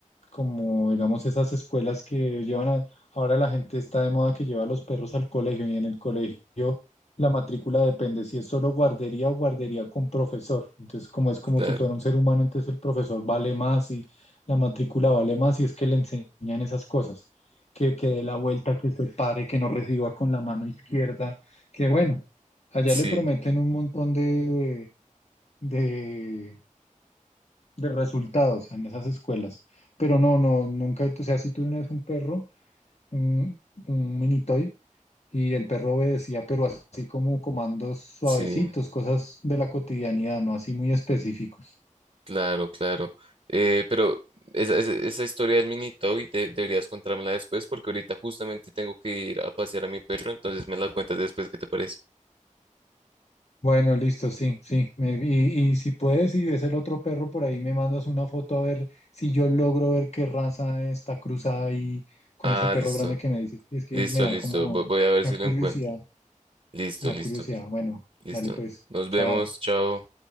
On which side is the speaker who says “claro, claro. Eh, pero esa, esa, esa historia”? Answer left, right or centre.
Right